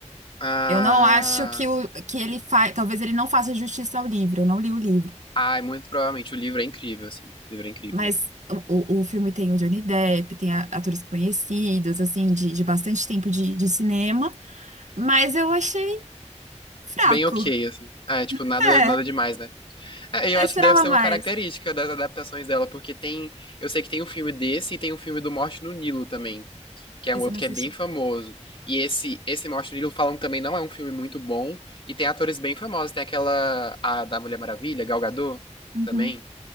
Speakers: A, on the left; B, on the right.
A: Ah,
B: Eu não acho que, o, que ele faz. Talvez ele não faça justiça ao livro, eu não li o livro.
A: ai, muito provavelmente o livro é incrível, assim. O livro é incrível.
B: Mas o, o o filme tem o Johnny Depp, tem a- atores conhecidos, assim, de, de bastante tempo de, de cinema. Mas eu achei fraco.
A: Bem ok, assim. Ah, é, tipo, nada,
B: É,
A: nada demais, né? É, eu
B: eu
A: acho
B: esperava
A: que deve ser
B: mais.
A: uma característica das adaptações dela, porque tem, eu sei que tem um filme desse e tem um filme do Morte no Nilo também, que é
B: Isso
A: um outro
B: eu não
A: que
B: assisti.
A: é bem famoso. E esse esse Morte no Nilo falam que também não é um filme muito bom e tem atores bem famosos, tem aquela a da Mulher Maravilha, Gal Gadot
B: Uhum.
A: também.